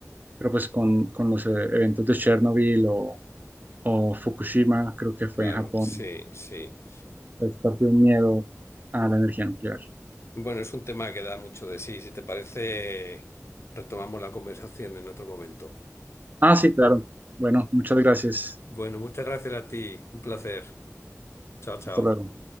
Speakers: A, on the right; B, on the left.
A: pero pues con, con los eh, eventos de Chernobyl o o Fukushima, creo que fue
B: Claro,
A: en Japón.
B: sí, sí.
A: Es parte de un miedo a la energía nuclear.
B: Bueno, es un tema que da mucho de sí. Si te parece, retomamos la conversación en otro momento.
A: Ah, sí, claro. Bueno, muchas gracias.
B: Bueno, muchas gracias a ti. Un placer. Chao, chao.
A: Hasta luego.